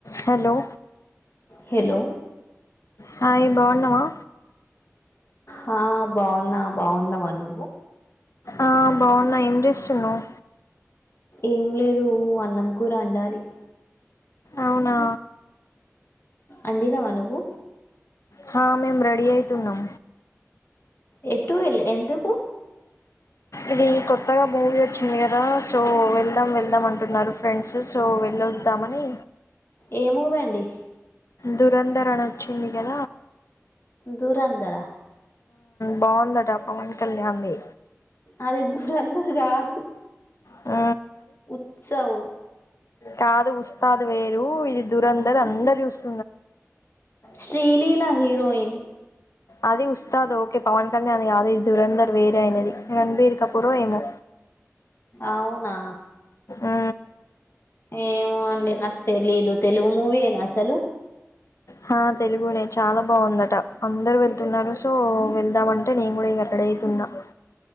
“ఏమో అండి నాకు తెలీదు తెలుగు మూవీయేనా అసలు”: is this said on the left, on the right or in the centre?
Left